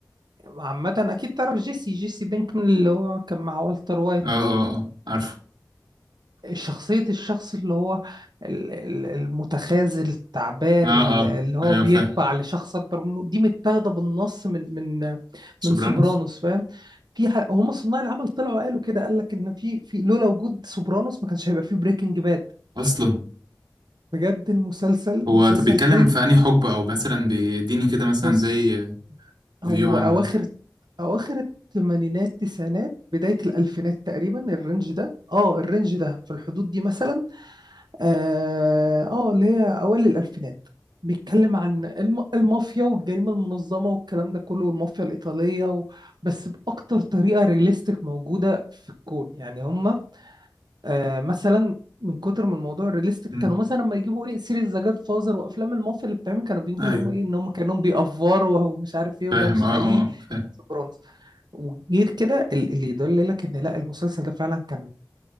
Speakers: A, on the right (about 70°); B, on the right (about 85°).
A: عامة اكيد تعرف جيسي جيسي بينكمان اللي هو كان مع والتر وايت
B: اه اه اه عارفه
A: شخصية الشخص اللي هو ال- ال- المتخاذل التعبان
B: اه
A: ال-
B: اه
A: اللي هو
B: ايوه
A: بيتبع
B: فاهم
A: لشخص أكبر منه دي متاخدة بالنص من من من
B: سوبرانوس
A: سوبرانوس فاهم في ح- هما صناع العمل طلعوا قالوا كده قال لك إن في في لولا وجود سوبرانوس ما كانش هيبقى في بريكنج باد
B: اصلا
A: بجد المسلسل
B: هو
A: مسلسل
B: طب بيتكلم
A: حلو
B: في انهي حقبة او مثلا بيديني كده مثلا
A: بص
B: زي فيو
A: هو
B: عنه
A: أواخر
B: يعني
A: أواخر الثمانينات تسعينات بداية الألفينات تقريبا الرينج ده اه الرينج ده في الحدود دي مثلا اه آه، اللي هي أوائل الألفينات بيتكلم عن الم- المافيا والجريمة المنظمة والكلام ده كله والمافيا الإيطالية و... بس بأكتر طريقة رياليستيك موجودة في الكون يعني هم آه مثلا من كتر من الموضوع الريليستيك
B: مم.
A: كانوا مثلا لما يجيبوا ايه سيريز ذا جاد فازر وافلام المافيا اللي بتعمل كانوا بيجيبوا
B: ايوه
A: اللي هم ايه ان هم كانوا بيأفوروا <laughs> ومش عارف ايه
B: فاهم
A: وده مش
B: اه
A: حقيقي
B: اه آه، فاهم
A: سوبرانوس وغير كده ال- اللي يدل لك ان لا المسلسل ده فعلا كان